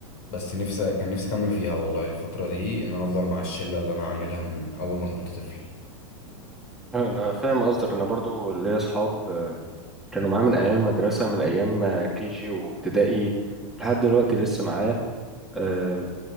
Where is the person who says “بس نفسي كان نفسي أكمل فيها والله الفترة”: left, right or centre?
Left